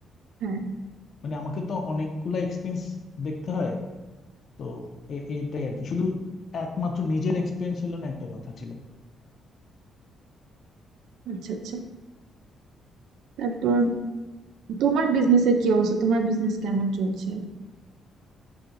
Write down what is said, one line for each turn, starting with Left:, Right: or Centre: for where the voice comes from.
Right: হ্যাঁ
Left: মানে আমাকে তো অনেকগুলা এক্সপেন্স দেখতে হয় তো এ- এটাই আর কি শুধু একমাত্র নিজের এক্সপেন্স হলো না একটা কথা ছিল
Right: আচ্ছা আচ্ছা তারপর তোমার বিজনেসের কি অবস্থা তোমার বিজনেস কেমন চলছে